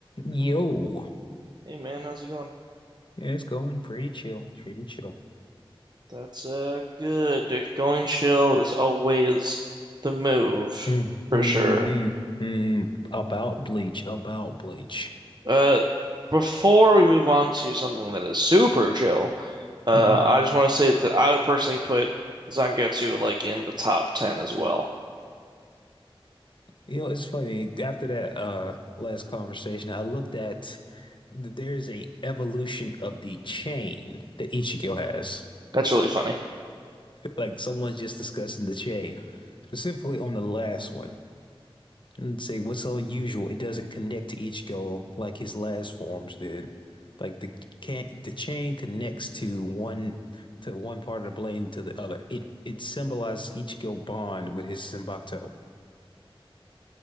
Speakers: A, on the left; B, on the right.
A: Yo,
B: Hey man, how's it going?
A: it's going pretty chill, pretty chill.
B: That's uh good. Going chill is always the move
A: Mm,
B: for
A: mm,
B: Mm. sure.
A: mm, mm. About Bleach, about Bleach.
B: Uh before we move on to something that is super chill, uh
A: Mm.
B: Mm. I just want to say that I would personally put Zangetsu like in the top 10 as well.
A: You know, it's funny. After that uh last conversation, I looked at th- there's a evolution of the chain that Ichigo has. <laughs>
B: That's really funny.
A: Like someone's just discussing the chain, specifically on the last one. And say what's so unusual, it doesn't connect to each goal like his last forms did. Like the can the chain connects to one to one part of the blade to the other. It it symbolizes Ichigo bond with his Zenbakuto,